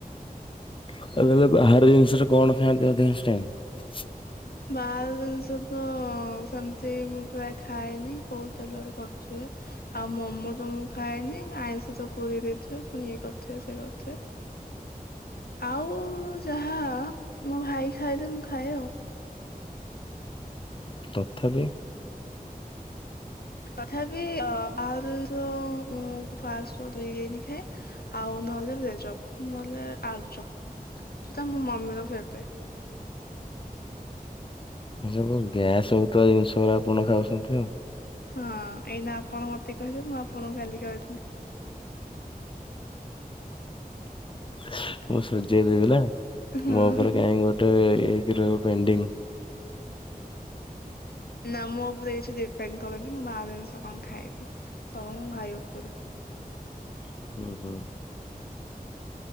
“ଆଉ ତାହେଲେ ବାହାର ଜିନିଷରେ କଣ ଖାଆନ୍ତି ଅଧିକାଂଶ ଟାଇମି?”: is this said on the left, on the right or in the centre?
Left